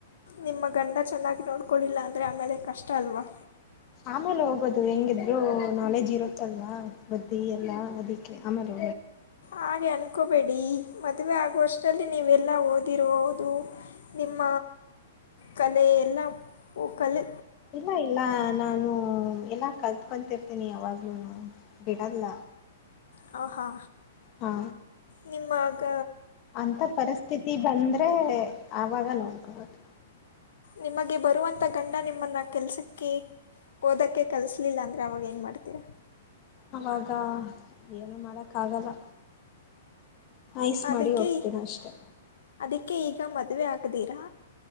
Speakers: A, on the left (about 80°); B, on the left (about 35°).
A: ನಿಮ್ಮ ಗಂಡ ಚೆನ್ನಾಗಿ ನೋಡ್ಕೊಳ್ಳಿಲ್ಲ ಅಂದರೆ ಆಮೇಲೆ ಕಷ್ಟ ಅಲ್ವಾ
B: ಆಮೇಲೆ ಹೋಗೋದು ಹೆಂಗಿದ್ರು ನಾಲೆಜ್ ಇರುತ್ತಲ್ವಾ ಬುದ್ದಿ ಎಲ್ಲಾ ಅದಕ್ಕೆ ಆಮೇಲೆ
A: ಹಾಗೆ ಅನ್ಕೋಬೇಡಿ ಮದುವೆ ಆಗೋಷ್ಟರಲ್ಲಿ ನೀವೆಲ್ಲ ಓದಿರ್ಬೋದು ನಿಮ್ಮ ಕಲ ಎಲ್ಲ ಕಲೆ
B: ಇಲ್ಲ ಇಲ್ಲ ನಾನು ಎಲ್ಲಾ ಕಲ್ತ್ಕೊಂತಿರ್ತೀನಿ ಯಾವಾಗ್ಲೂ ಬಿಡದಲ್ಲ
A: ಹಾ
B: ಹಾ
A: ನಿಮ್ಮಗ
B: ಅಂತ ಪರಿಸ್ಥಿತಿ ಬಂದ್ರೆ ಆಾಗ ನೋಡ್ಬೋದು
A: ನಿಮಗೆ ಬರುವಂಥ ಗಂಡ ನಿಮ್ಮನ್ನು ಕೆಲಸಕ್ಕೆ ಓದೋಕ್ಕೆ ಕಲಿಸಲಿಲ್ಲ ಅಂದರೆ ಅವಾಗ ಏನು ಮಾಡ್ತೀರಾ
B: ಆವಾಗ ಏನು ಮಾಡೋಕ್ಕಾಗಲ್ಲ ಐಸ್
A: ಅದಕ್ಕೆ
B: ಮಾಡಿ ಹೋಗ್ತೀನ ಅಷ್ಟೆ
A: ಅದಕ್ಕೆ ಈಗ ಮದುವೆ ಆಗದೀರಾ